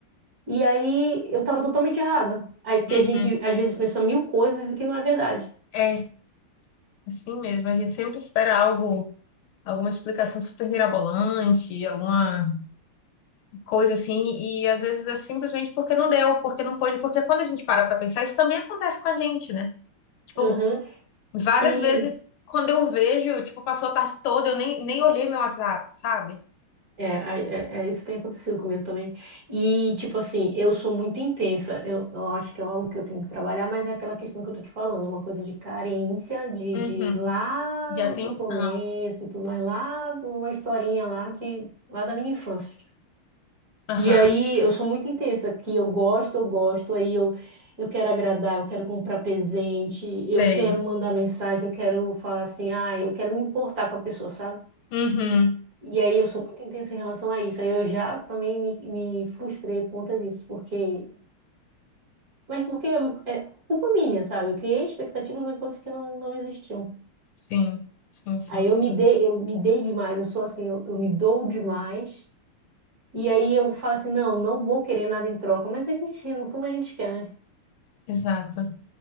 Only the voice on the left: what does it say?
Uhum.
É, assim mesmo. A gente sempre espera algo, alguma explicação super mirabolante, alguma coisa assim, e às vezes é simplesmente porque não deu, porque não pôde, porque quando a gente para pra pensar, isso também acontece com a gente, né? Tipo,
várias
vezes quando eu vejo, tipo, passou a tarde toda, eu nem, nem olhei meu WhatsApp, sabe?
Uhum.
De atenção.
Aham,
sei.
Uhum,
sim, sim, sim.
Exato,